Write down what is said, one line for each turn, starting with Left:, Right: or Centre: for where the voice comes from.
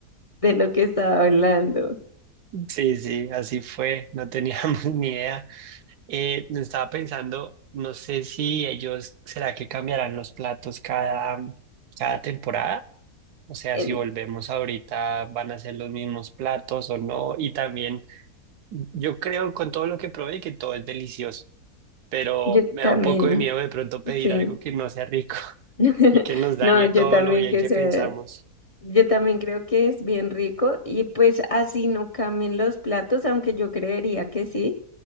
Left: de lo que estaba hablando.
Right: sí, sí, así fue. No teníamos <laughs> ni idea. Eh, estaba pensando, no sé si ellos, ¿será que cambiarán los platos cada, cada temporada? O sea,
Left: Em,
Right: si volvemos ahorita, ¿van a ser los mismos platos o no? Y también, yo creo con todo lo que probé que todo es delicioso, pero
Left: Yo
Right: me
Left: también.
Right: da un poco de miedo de pronto pedir
Left: Sí.
Right: algo que no sea rico <laughs>
Left: <laughs>
Right: y que nos dañe
Left: No, yo
Right: todo
Left: también
Right: lo bien
Left: que
Right: que
Left: sé,
Right: pensamos.
Left: yo también creo que es bien rico y pues así no cambien los platos, aunque yo creería que sí.